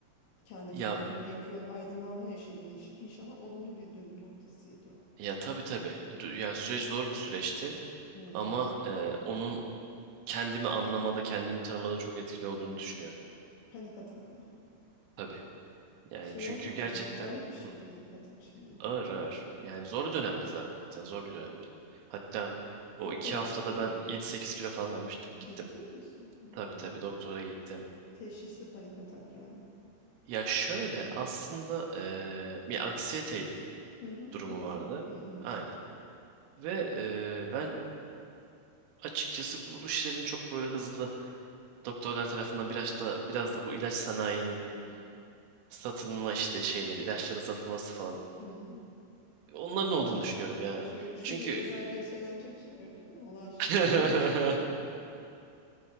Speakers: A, on the left; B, on the right.
A: Kendime
B: Ya
A: niye bunu yapıyor? Aydınlanma yaşadın inş- inşallah olumlu bir dönüm noktasıydı o.
B: ya tabii tabii. Du- Ya süreç zor bir süreçti
A: Hmm,
B: ama e, onun kendimi anlamada, kendimi tanımada çok etkili olduğunu düşünüyorum.
A: Panik atakla.
B: Tabii. Yani
A: Şey
B: çünkü
A: olmadım
B: gerçekten
A: ama ağır bir şey
B: Hı,
A: panik atak şimdi.
B: ağır ağır. Yani zor bir dönemdi zaten. Zor bir dönemdi. Hatta o
A: Doktora
B: iki haftada
A: gittin
B: ben
A: mi?
B: yedi sekiz kilo falan vermiştim. Gittim.
A: Ciddi misin? Ha.
B: Tabii tabii doktora gittim.
A: Teşhisli panik atak yani.
B: Ya şöyle aslında eee, bir anksiyete
A: Hı hı,
B: durumu
A: krizi.
B: vardı.
A: Hı
B: Aynen. Ve eee, ben açıkçası bu işlerin çok böyle hızlı doktorlar tarafından biraz da biraz da bu ilaç sanayinin
A: hı,
B: satılma işte şeyleri, ilaçların satılması falan
A: hı.
B: onların olduğunu
A: Bravo.
B: düşünüyorum ya.
A: Şu, şu
B: Çünkü
A: bir eczacıya söylenecek şey. <laughs> Allah aşkına
B: <laughs>
A: oldu bir şey.